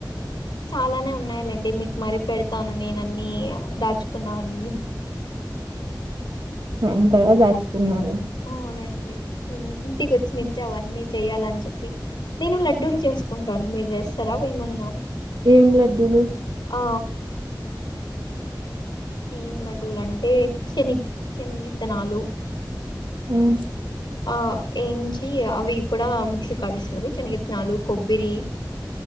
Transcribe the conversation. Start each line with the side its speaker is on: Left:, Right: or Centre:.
Left: చాలానే ఉన్నాయండి. మీకు మరీ పెడతాను నేన అన్ని దాచుకున్నవన్నీ.
Right: ఎంత దాచుకున్నారో
Left: అవునండి ఇంటికి వచ్చిన ఇచ్చి అవన్నీ చెయ్యాలని చెప్పి నేను లడ్డూలు చేసుకుంటాను మీరు చేేస్తారా ఏమన్నా
Right: ఏం లడ్డూ లు
Left: ఆ ఏం లడ్డూలంటే శని శనగిత్తనాలు
Right: మ్
Left: అవి ఏయించి అవి కూడా మిక్సీ కాడిస్తారు శనగిత్తనాలు, కొబ్బరి